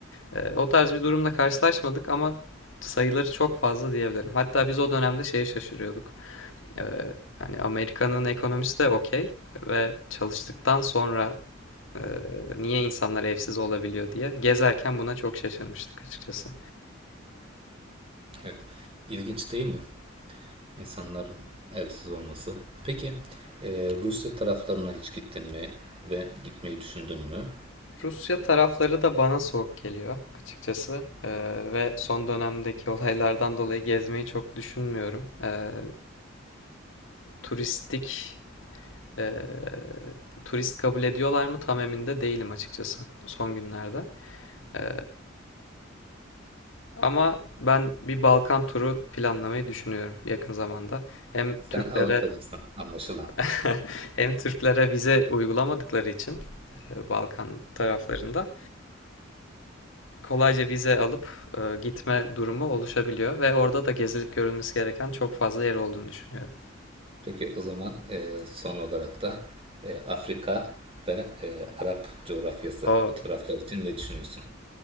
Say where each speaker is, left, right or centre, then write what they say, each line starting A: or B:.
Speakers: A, on the left; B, on the right.
A: Ee, o tarz bir durumla karşılaşmadık ama sayıları çok fazla diyebilirim. Hatta biz o dönemde şeye şaşırıyorduk. Eee, hani Amerika'nın ekonomisi de okey ve çalıştıktan sonra eee, niye insanlar evsiz olabiliyor diye gezerken buna çok şaşırmıştık açıkçası.
B: Evet. İlginç değil mi? İnsanların evsiz olması. Peki e, Rusya taraflarına hiç gittin mi ve gitmeyi düşündün mü?
A: Rusya tarafları da bana soğuk geliyor açıkçası Eee, ve son dönemdeki olaylardan dolayı gezmeyi çok düşünmüyorum. Eee, turistik eee, turist kabul ediyorlar mı tam emin de değilim açıkçası son günlerde. Eee, Ama ben bir Balkan turu planlamayı düşünüyorum yakın zamanda. Hem
B: Sen
A: Türklere
B: Avrupacısın anlaşılan.
A: <laughs> hem Türklere vize uygulamadıkları için e, Balkan taraflarında kolayca vize alıp e, gitme durumu oluşabiliyor ve orada da gezilip görülmesi gereken çok fazla yer olduğunu düşünüyorum.
B: Peki o zaman e, son olarak da e, Afrika ve e, Arap coğrafyası
A: O
B: bu taraflar için ne düşünüyorsun?